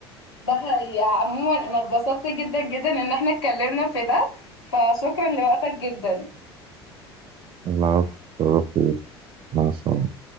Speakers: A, on the left; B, on the right.
A: ده حقيقة عموما أنا اتبسطت جدا جدا إن احنا اتكلمنا في ده فشكرا لوقتك جدا
B: العفو شرفت بيك مع السلامة